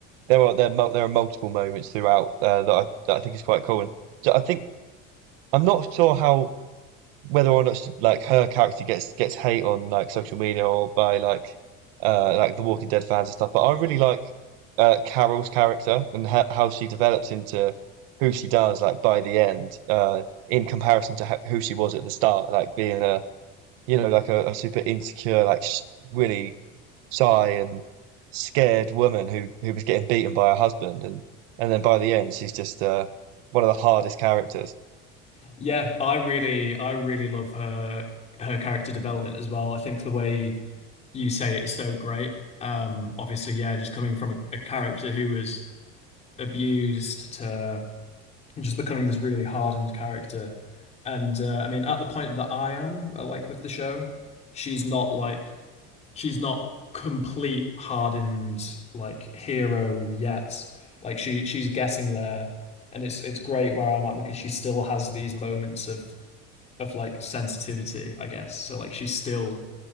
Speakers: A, on the right (about 85°); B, on the left (about 25°).
A: there are there are mul- there are multiple moments throughout uh, that I that I think is quite cool. And so I think I'm not sure how whether or not she, like her character gets gets hate on like social media or by like uh like the Walking Dead fans and stuff. But I really like uh Carol's character and ha how she develops into who she does like by the end uh in comparison to ho who she was at the start, like being a you know like a, a super insecure like sh really shy and scared woman who who was getting beaten by her husband and and then by the end she's just uh one of the hardest characters.
B: Yeah, I really I really love her her character development as well. I think the way you say it is so great. Um, obviously, yeah, just coming from a, a character who was abused to and just becoming this really hardened character. And uh, I mean, at the point that I am, uh, like with the show, she's not like she's not complete hardened like hero yet. Like she she's getting there, and it's it's great where I'm at because she still has these moments of of like sensitivity, I guess. So like she's still